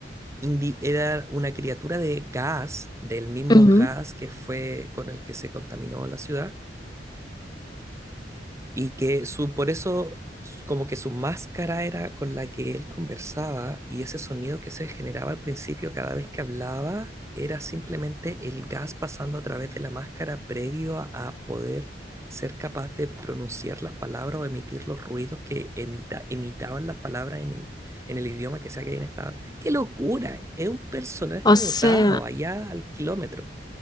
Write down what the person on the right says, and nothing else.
indi- era una criatura de gas, del mismo
gas que fue con el que se contaminó la ciudad. Y que su, por eso, s- como que su máscara era con la que él conversaba y ese sonido que se generaba al principio cada vez que hablaba era simplemente el gas pasando a través de la máscara previo a, a poder ser capaz de pronunciar las palabras o emitir los ruidos que emita, imitaban las palabras en, in- en el idioma que sea que hayan estado. ¡Qué locura! Es un personaje
botado allá al kilómetro.